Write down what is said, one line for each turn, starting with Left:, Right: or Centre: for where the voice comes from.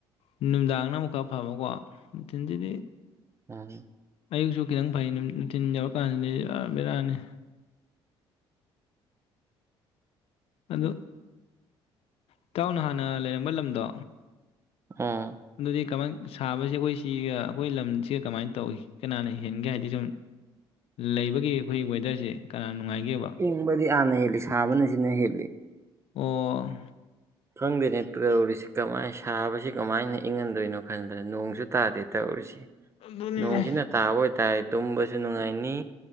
Left: ꯅꯨꯅꯨꯡꯃꯤꯗꯥꯡꯅ ꯑꯃꯨꯛꯔ ꯐꯕꯀꯣ ꯅꯨꯡꯊꯤꯟꯁꯤꯗꯤ
Right: ꯎꯝ
Left: ꯑꯌꯨꯛꯁꯨ ꯈꯤꯇꯪ ꯐꯩ ꯅꯨꯡꯊꯤꯟ ꯌꯧꯔꯀꯥꯟꯁꯤꯗꯤ ꯕꯤꯔꯥꯅꯤ ꯑꯗꯨ ꯏꯇꯥꯎꯅ ꯍꯥꯟꯅ ꯂꯩꯔꯝꯕ ꯂꯝꯗꯣ
Right: ꯑꯥ
Left: ꯑꯗꯨꯗꯤ ꯀꯃꯥꯏ ꯁꯥꯕꯁꯤ ꯑꯩꯈꯣꯏ ꯁꯤꯒ ꯑꯩꯈꯣꯏ ꯂꯝꯁꯤꯒ ꯀꯃꯥꯏꯅ ꯇꯧꯏ ꯀꯅꯥꯅ ꯍꯦꯟꯒꯦ ꯍꯥꯏꯕꯗꯤ ꯁꯨꯝ ꯂꯩꯕꯒꯤ ꯑꯩꯈꯣꯏ ꯋꯦꯗꯔꯁꯦ ꯀꯅꯥ ꯅꯨꯡꯉꯥꯏꯒꯦꯕ
Right: ꯏꯪꯕꯗꯤ ꯍꯥꯟꯅ ꯍꯦꯜꯂꯤ ꯁꯥꯕꯅ ꯁꯤꯅ ꯍꯦꯜꯂꯤ
Left: ꯑꯣ
Right: ꯍꯪꯗꯅꯦꯠꯇ ꯑꯣꯔꯤꯁꯤ ꯀ ꯃꯥꯏ ꯁꯥ ꯀꯃꯥꯏꯅ ꯏꯪꯍꯟꯗꯣꯏꯅꯣ ꯈꯟꯕꯗ ꯅꯣꯡꯁꯨ ꯇꯥꯗꯦ ꯇꯧꯔꯤꯁꯤꯦ
Left: ꯑꯗꯨꯅꯤꯅꯦ
Right: ꯅꯣꯡꯁꯤꯅ ꯇꯥꯕ ꯑꯣꯏꯇꯥꯔ ꯇꯨꯝꯕꯁꯨ ꯅꯨꯡꯉꯥꯏꯅꯤ